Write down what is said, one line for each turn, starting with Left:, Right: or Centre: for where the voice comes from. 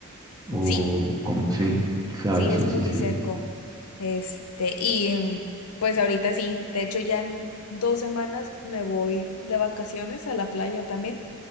Right: ¿O
Left: Sí,
Right: cómo? Sí, claro,
Left: sí,
Right: sí,
Left: es muy
Right: sí, sí.
Left: seco. Este, y mm, pues ahorita sí, de hecho ya en dos semanas me voy de vacaciones a la playa también